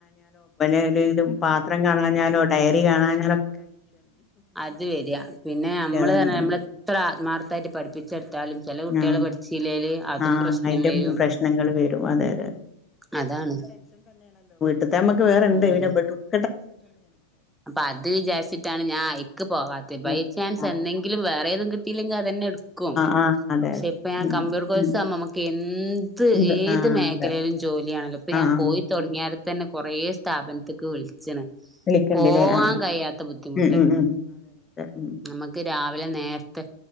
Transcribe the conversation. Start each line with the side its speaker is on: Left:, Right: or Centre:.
Left: ഇല്ലേലും പാത്രം കാണഞ്ഞാലോ ഡയറി കുപ്പികാണാന്നല്ലോ
Centre: അത് വരിക പിന്നെ നമ്മള്
Left: അതന്നെ
Centre: തന്നെ നമ്മള എത്ര ആത്മാർത്ഥായിട്ട് പഠിപ്പിച്ചെടുത്താലും ചില കുട്ടികള്
Left: ആഹ്
Centre: പഠിച്ചില പഠിച്ചില്ലേല് അതും
Left: ആഹ്
Centre: പ്രശ്നം
Left: അയിന്റെ
Centre: വരും
Left: പ്രശ്നങ്ങൾ വരും അതെ അതെ
Centre: അതാണ്
Left: ത്തെ നമ്മക്ക് വേറെ എന്ത
Centre: ഉം
Left: <unintelligible>
Centre: അപ്പൊ അത് വിചാരിച്ചിട്ടാണ് ഞാൻ ആയിക്ക് പോവാതെ ബൈ
Left: ഉം
Centre: ചാൻസ്
Left: ആഹ്
Centre: എന്തെങ്കിലും വേറെ എതെങ്കിലും <unintelligible> പിന്നെഎടുക്കും
Left: ആഹ് അതെ
Centre: പക്ഷെ
Left: അതെ
Centre: ഇപ്പ ഞൻ
Left: ഉം
Centre: കമ്പ്യൂട്ടർ കോഴ്സ്
Left: ഉം
Centre: ആുമ്പോ നമക്ക് എന്ത്
Left: ഉണ്ട്
Centre: ഏത്
Left: ആഹ്
Centre: മേഖലയിലും
Left: അതെ
Centre: ജോലിയാണല്ലോ ഇപ്പൊ ഞാൻ
Left: ആഹ്
Centre: പോയി തുടങ്ങിയാലന്നെ കുറയെ സ്ഥാപനത്തിക്ക് വിളി- അച്ഛന്
Left: വിളിക്കണ്ട്ല്ലേ
Centre: പോവാൻ
Left: ആഹ്
Centre: കഴിയാത്ത ബുദ്ധിമുട്ടേള്ളൂ
Left: ഉം ഉം
Centre: നമുക്ക് രാവിലെ നേരത്തെ